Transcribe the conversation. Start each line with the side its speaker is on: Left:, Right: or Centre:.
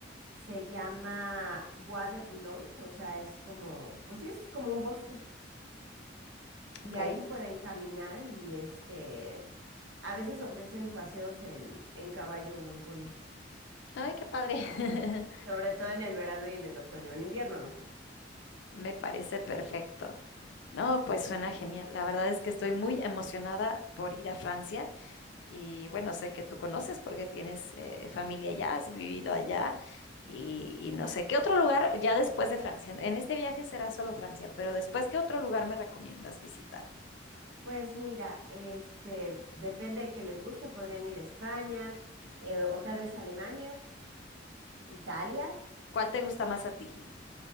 Right: Se llama Bois de Boulogne, o sea, es como, pues sí, es como un bosque. Y
Left: Ok.
Right: ahí pueden caminar y este, a veces ofrecen paseos en, en caballo o en pony,
Left: Ay, qué padre. <laughs>
Right: sobre todo en el verano y en el otoño, en invierno no.
Left: Me parece perfecto. No, pues suena genial. La verdad es que estoy muy emocionada por ir a Francia y bueno, sé que tú conoces porque tienes eh, familia allá, has vivido
Right: Ujú.
Left: allá y,
Right: Sí.
Left: y no sé, ¿qué otro lugar ya después de Francia? En este viaje será solo Francia, pero después, ¿qué otro lugar me recomiendas visitar?
Right: Pues mira, este, depende de que les guste, podrían ir a España eh, o tal vez a Alemania. Italia,
Left: ¿Cuál te gusta más a ti?